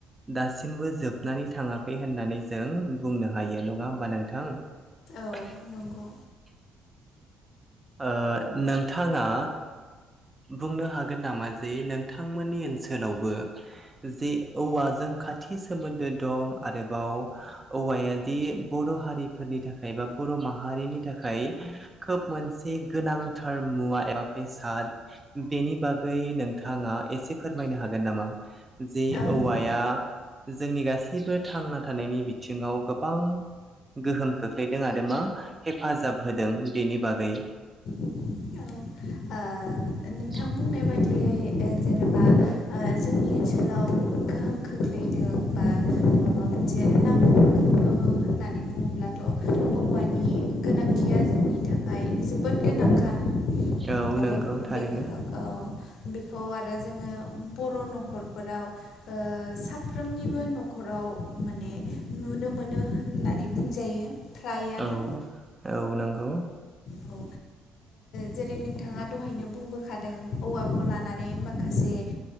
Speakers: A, on the right; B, on the left.
A: दासिमबो जोबनानै थाङाखै होननानै जों बुंनो हायो नङा होमबा नोंथां। <inaudible>
B: औ नंगौ
A: ओ नोंथाङा बुंनो हागोन नामा जे नोंथांमोननि ओनसोलावबो जे औवाजों खाथि सोमोन्दो दं आरोबाव औवायादि बर' हारिफोरनि थाखाय बा बर माहारिनि थाखाय खोब मोनसे गोनांथार मुवा एबा बेसाद बेनि बागै नोंथाङा एसे फोरमायनो हागोन नामा? जि
B: ओ
A: औवाया
B: औ
A: जोंनि गासैबो थांना थानायनि बिथिङाव गोबां गोहोम खोख्लैदों आरो मा हेफाजाब होदों बेनि बागै।
B: औ ओ
A: <inaudible>
B: नोंथां बुंनाय बायदियै जेनेबा जोंनि ओनसोलाव गोहोम खोख्लैदों बा माबा मोनसे नांगौ होननानै बुङोब्लाथ' औवानि गोनांथिया जोंनि थाखाय जोबोद गोनांखा
A: औ
B: आरो
A: नंगौ
B: बेखौ
A: थारैनो
B: औ बे खौ आरो जोङो बर' नखरफोराव ओ साफ्रोमनिबो न'खराव माने नुनो मोनो होननानै बुंजायो। फ्रायानो
A: औ औ नंगौ।
B: औ ओ जेरै नोंथाङा दहायनो बुंबोखादों औवाखौ लानानै माखासे ओ